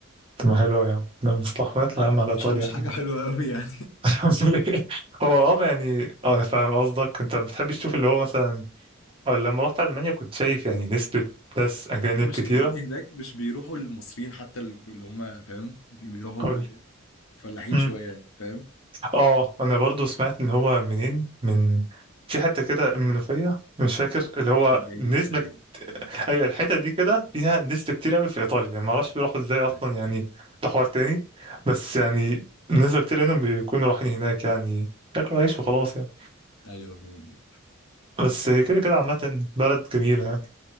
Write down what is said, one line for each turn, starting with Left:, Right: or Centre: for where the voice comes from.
Right: طب ما حلو يا عم ده مصلحة ما نطلع
Left: لا
Right: يا عم على ايطاليا
Left: مش مش حاجة حلوة قوي يعني
Right: <laughs> ليه؟ هو اه يعني اه انا فاهم قصدك انت ما بتحبش تشوف اللي هو مثلا آه، لما رحت المانيا كنت شايف يعني نسبة ناس اجانب
Left: <laughs> المشكلة
Right: كتيرة
Left: ان هناك مش بيروحوا المصريين حتى اللي هم فاهم بيروحوا
Right: قول لي
Left: فلاحين
Right: مم.
Left: شوية يعني فاهم
Right: اه انا برضو سمعت ان هو منين من في حتة كده المنوفية مش فاكر اللي
Left: الشرقية
Right: هو نسبة
Left: تقريبا
Right: ايوه الحتة دي كده فيها نسبة كتير قوي في ايطاليا يعني ما اعرفش بيروحوا ازاي اصلا
Left: ايوه
Right: يعني ده حوار تاني بس يعني نسبة كتير منهم بيكونوا رايحين هناك يعني ياكلوا عيش وخلاص يعني
Left: أيوة، فاهم
Right: بس هي كده كده عامة بلد جميلة يعني